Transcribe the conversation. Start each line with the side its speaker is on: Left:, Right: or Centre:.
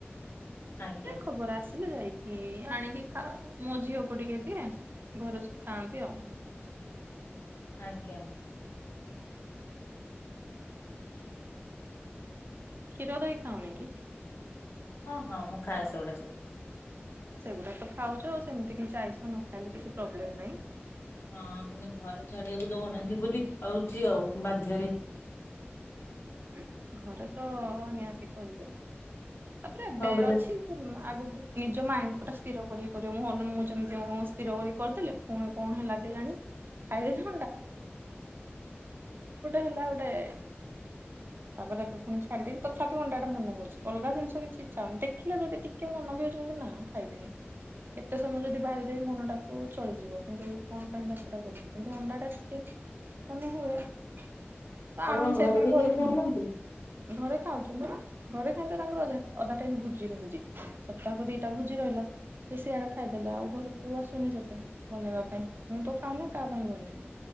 Left: ଆଜ୍ଞା
Right: ଖବର ଆସିଲେ ଯାଇକି ଆଣିକି ଖାଏ ମୋ ଝିଅକୁ ଟିକେ ଦିଏ। ଘରେ ସବ ଖାଆନ୍ତି ଆଉ।
Left: ଆଜ୍ଞା।
Right: କ୍ଷୀର ଦହି ଖାାଉନ କି?
Left: ହଁ ହଁ ମୁଁ ଖାଏସ ଗୁଟା ସବୁ।
Right: ସେଗୁଡା ତ ଖାଉଛ ସେମିତି କିଛି ଆଇଷ ନ ଖାଇଲେ କିଛି ପ୍ରୋବ୍ଲେମ ନାହିଁ।
Left: ହଁ କିନ୍ତୁ ଘରେ ଛାଡିବାକୁ ଦଉନାହାନ୍ତି ବୋଲି ଖାଉଛି ଆଉ ବାଧ୍ୟରେ।
Right: ହ ଘରେ ତ ନିହାତି କହିଵେ ତାପରେ ଏବେ
Left: ହଁ ପରା
Right: ଅଛି। ଆଗକୁ ନିଜ ମାଇଣ୍ଡ ଟା ସ୍ଥିର କରି କରିବ ମୁ ମୁଁ ଯେମିତି ସ୍ଥିର କର କରିଦେଲି। ପୁଣି କଣ ହେଲାାଗେ ଜାଣି। କଣ ହେଟୂ ହେଲା ଗୋଟେ। ତାପରେ ଏବେଫୁଣି ଛାଡିଦେବି ତଥାପି ଅଣ୍ଡା ମନ ହଉଛି ଅଲଗା ଜିନିସ କିଛି ଇଚ୍ଛା ହଉନି ଦେଖିଲେ ଯଦି ଟିକେ ମନ ବି ଅଛନ୍ତି ନା ଖାଇବିନି। କେତେ ସମୟ ଯଦି ବାହାରିଦବି ମନଟାକୁ ଚଳିଯିବ କିନ୍ତୁ କଣ ପାଇଁ ଯାତ୍ରା କରିବି କିନ୍ତୁ ଅଣ୍ଡା ଟା ଟିକେ କଣ ହୁଏ ତ
Left: ଆପଣଙ୍କ
Right: ଆନ ସେଇପଁ
Left: ଘରେ ବି
Right: କରି।
Left: କେହି ଖାଉନାହାନ୍ତି?
Right: ଘରେ ଖାଉଛନ୍ତି। ଘରେ ଖାଇଲେ ଟା ତାଙ୍କର ଅଧା ଅଧା ଟାଇ ଭୋଜି ରହୁଛି ସପ୍ତାହକୁ ଦିଟା ଭୋଜି ରହିଲା। ବେଶି ଆଡେ ଖାଇଦେଲେ ଆଉ ଘରକୁ ଆସୁନି ସେତେ ବନେଇବା ପାଇଁ ମୁଁ ତ ଖାଉନି କାହା ପାଇଁ ବନେଇବି।